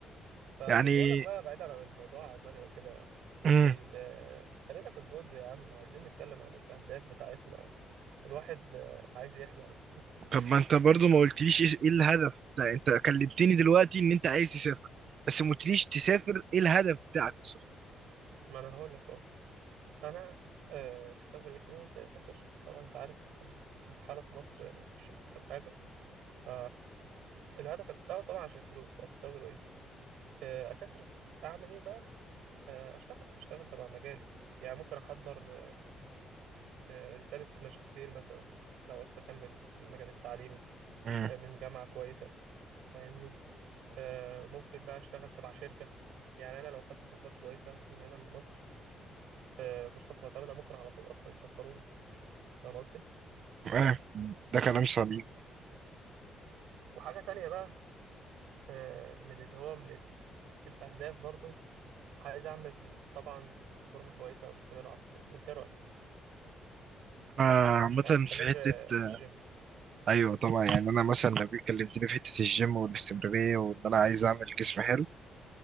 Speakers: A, on the right (about 85°); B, on the right (about 55°).
A: فكنت
B: يعني
A: بقول لك بقى بعيدا عن الموضوع المانيا وكده
B: مم.
A: ال... خلينا في الجولز يا عم عايزين نتكلم عن الاهداف بتاعتنا الواحد آه، عايز يحلم
B: طب ما انت برضو ما قلتليش ايه إيه الهدف انت انت كلمتني دلوقتي ان انت عايز تسافر بس ما قلتليش تسافر ايه الهدف بتاعك بالظبط
A: <laughs> ما انا هقول لك اهو انا آه، السبب الرئيسي ان انا اسافر طبعا انت عارف الحاله في مصر مش احسن حاجه ف الهدف الاول طبعا عشان الفلوس او السبب الرئيسي آه، اسافر اعمل ايه بقى آه، اشتغل اشتغل تبع مجالي يعني ممكن احضر آه، رسالة ماجستير مثلا لو عاوز أكمل في المجال التعليمي
B: مم.
A: آه، من جامعة كويسة فاهمني آه، ممكن بقى أشتغل تبع شركة يعني أنا لو خدت كورسات كويسة من هنا من مصر آه، كورسات معتمدة ممكن على طول أصلا يسفروني فاهم قصدي؟
B: اه ده كلام سليم
A: وحاجة تانية بقى آه، من اللي هو من ال- الأهداف برضو عايز أعمل طبعا فورمة كويسة وأستمر على صحتي أنت إيه رأيك؟
B: انا عامة
A: يعني أستمر
B: في حتة
A: آه، في
B: آه،
A: الجيم
B: ايوه طبعا يعني انا مثلا لو جيت كلمتني في حتة الجيم والاستمرارية وان انا عايز اعمل جسم حلو